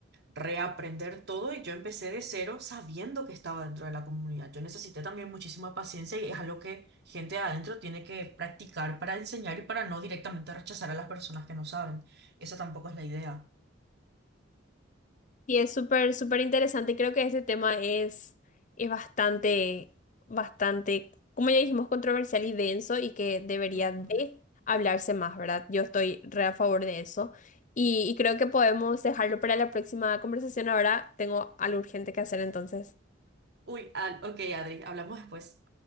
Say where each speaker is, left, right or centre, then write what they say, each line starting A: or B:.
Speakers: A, on the right; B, on the left.
A: reaprender todo y yo empecé de cero sabiendo que estaba dentro de la comunidad. Yo necesité también muchísima paciencia y es algo que gente de adentro tiene que practicar para enseñar y para no directamente rechazar a las personas que no saben. Esa tampoco es la idea.
B: Y es súper, súper interesante. Creo que ese tema es, es bastante, bastante, como ya dijimos, controversial y denso y que debería
A: Ujú.
B: de hablarse más, ¿verdad? Yo estoy re a favor de eso. Y, y creo que podemos dejarlo para la próxima conversación. Ahora tengo algo urgente que hacer entonces.
A: Uy, ah, ok, Adri, hablamos después.